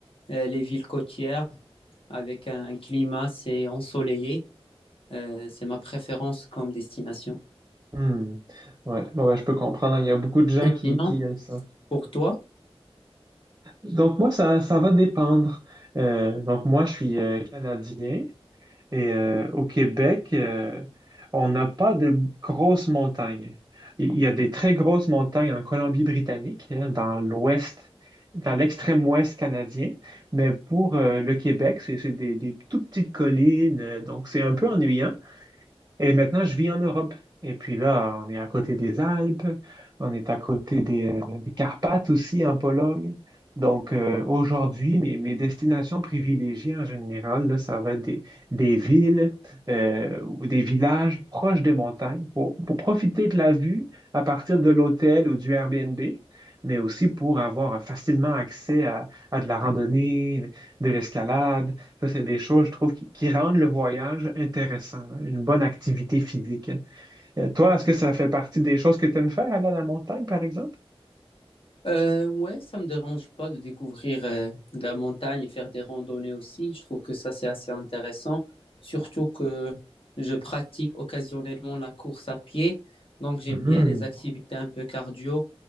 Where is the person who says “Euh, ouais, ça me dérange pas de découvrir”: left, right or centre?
Left